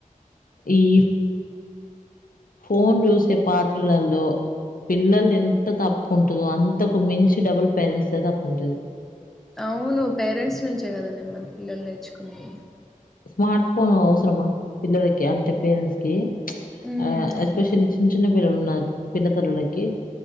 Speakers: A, on the left; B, in the centre.
A: ఈ ఫోన్ చూసే పాత్రలల్లో పిల్లల్ది ఎంత తప్పుంటదో అంతకు మించి డబుల్ పేరెంట్స్దే తప్పుంటది.
B: అవును పేరెంట్స్ నుంచే కదండి మరి పిల్లలు నేర్చుకునేది
A: స్మార్ట్ ఫోన్ అవసరమా పిల్లలకి అంటే పేరెంట్స్ కి
B: ఉమ్
A: ఆ
B: అవును
A: ఎస్పెషల్లీ చిన్న చిన్న పిల్లలు ఉన్నారు పిల్లతల్లులకి